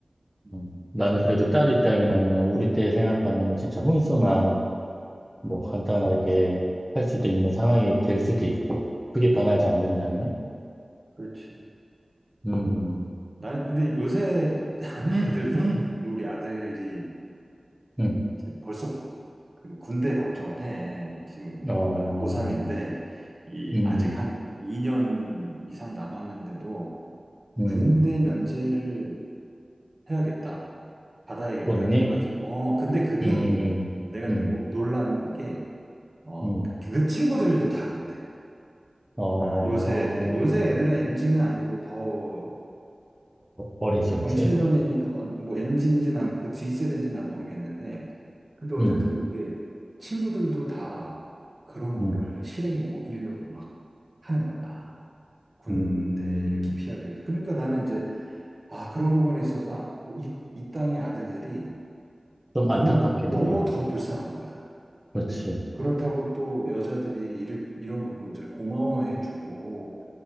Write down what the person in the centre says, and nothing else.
음, 나는
그래도 딸 입장이면은, 우리 때 생각하면은 진짜 혼수만 뭐 간단하게 할 수도 있는 상황이 될 수도 있고, 그게 변하지 않는다면,
음,
음,
어,
음,
음,
본인이,
음, 음,
음,
음,
어, 어,
어리지, 그렇지?
음,
음.
음,
좀
안타깝겠네.
그렇지.